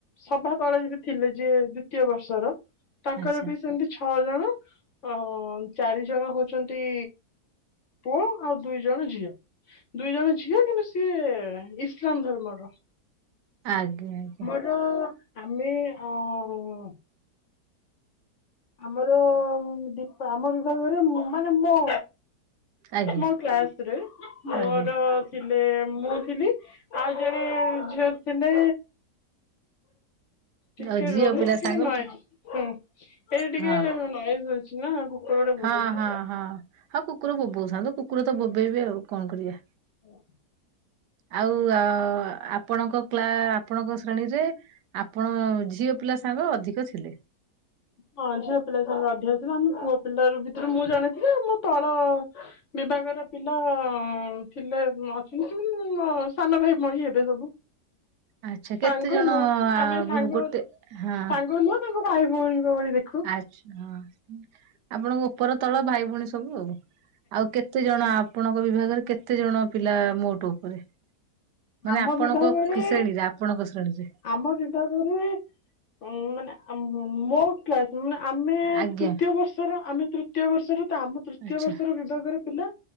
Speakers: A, on the left; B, on the right.
A: ସଭା ତଳେ ବି ଥିଲେ ଯିଏ ଦ୍ଵିତୀୟ ବର୍ଷର ତାଙ୍କର
B: ଆଚ୍ଛା
A: ବି ସେମିତି ଛଅ ଜଣ ଅ ଚାରି ଜଣ ହଉଛନ୍ତି ପୁଅ ଆଉ ଦୁଇ ଜଣ ଝିଅ। ଦୁଇ ଜଣ ଝିଅ କିନ୍ତୁ ସିଏ ଇସଲାମ ଧର୍ମର।
B: ଆଜ୍ଞା ଆଜ୍ଞା।
A: ତ ଆମେ ଅଁ ଆମର ଡିପା ଆମ ବିଭାଗରେ ମାନେ ମୋ
B: ଆଜ୍ଞା
A: ମୋ କ୍ଲାସରେ ମୋର
B: ଆଜ୍ଞା
A: ଥିଲେ ମୁଁ ଥିଲି ଆଉ ଜଣେ ଝିଅ ଥିଲେ ଟିକ
B: ଆଉ ଝିଅ
A: ରୁହ ମତ
B: ପିଲା
A: ଟିକେ
B: ସାଙ୍ଗ
A: ନାଏଜ୍ ହଁ। ଟିକେ
B: ହଁ
A: ନଏଜ୍ ହଉଛି ନା କୁକୁର ଗୁଡେ ଭୁକୁଛନ୍ତି।
B: ହଁ ହଁ ହଁ ହଉ କୁକୁର ବୋବଉଥାନ୍ତୁ କୁକୁର ତ ବୋବେଇବେ ଆଉ କଣ କରିବା।
A: ହ।
B: ଆଉ ଅ ଆପଣଙ୍କ କେଲା ଆପଣଙ୍କ ଶ୍ରେଣୀରେ ଆପଣ ଝିଅ ପିଲା ସାଙ୍ଗ ଅଧିକ ଥିଲେ।
A: ହଁ ଝିଅ ପିଲା ସାଙ୍ଗ ଅଧିକ ଥିଲେ ଆମେ ପୁଅ ପିଲା ରୁ ଭିତରେ ମୁଁ ଜଣେ ଥିଲି ଆଉ ମୁଁ ତଳ ବିଭାଗର ପିଲା ଥିଲେ ବ ଅଛନ୍ତି ମୋ ସାନ ଭାଇ ଭଳି ହେବେ ସବୁ।
B: ଆଚ୍ଛା କେତେ
A: ସାଙ୍ଗୁ
B: ଜଣ
A: ନୁ
B: ଆ,
A: ଆମେ
B: ବି-
A: ସାଙ୍ଗ
B: ଗୋଟେ ହଁ
A: ସାଙ୍ଗୁ ନୁହ। ତାଙ୍କୁ ଭାଇ ଭଉଣୀ ଭଳି ଦେଖୁ।
B: ଆଚ୍ଛା ହଁ ଆପଣଙ୍କ ଉପର ତଳ ଭାଇ ଭଉଣୀ ସବୁ ଆଉ। ଆଉ କେତେ ଜଣ ଆପଣଙ୍କ ବିଭାଗରେ କେତେ ଜଣ ପିଲା ମୋଟ ଉପରେ। ମାନେ
A: ଆମ
B: ଆପଣଙ୍କ
A: ବିଭାଗରେ
B: କି ଶ୍ରେଣୀରେ ଆପଣଙ୍କ ଶ୍ରେଣୀରେ
A: ଆମ ବିଭାଗରେ ଉ ମାନେ ମୋ କ୍ଲ ଆମେ
B: ଆଜ୍ଞା
A: ତୃତୀୟ ବର୍ଷର ଆମେ ତୃତୀୟ ବର୍ଷର ତ ଆମ ତୃତୀୟ
B: ଆଚ୍ଛା
A: ବର୍ଷର ବିଭାଗର ପିଲା